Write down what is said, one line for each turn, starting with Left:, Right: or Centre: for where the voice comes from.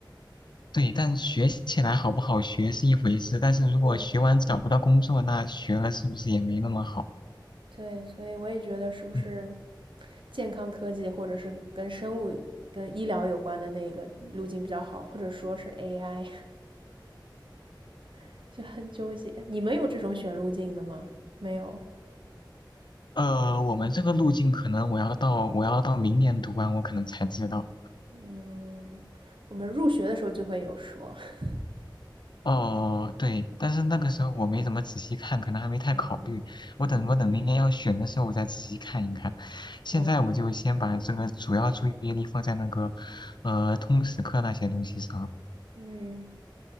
Left: 对，但学起来好不好学是一回事，但是如果学完找不到工作，
Right: 对
Left: 那学了是不是也没那么好？
Right: 对，所以我也觉得是不是
Left: 嗯，
Right: 健康科技或者是跟生物、跟医疗有关的那一个路径比较好，或者说是 AI，<laughs> 就很纠结。你们有这种选路径的吗？没有。
Left: 呃，我们这个路径可能我要到我要到明年读完，我可能才知道。
Right: 嗯，我们入学的时候就会有说。<laughs>
Left: 哦，对，但是那个时候我没怎么仔细看，可能还没太考虑。
Right: 嗯
Left: 我等我等明年要选的时候，
Right: 嗯，
Left: 我再仔细看一看。现在我就先把这个主要注意力放在那个，
Right: 对，
Left: 呃，通识课那些东西上。
Right: 嗯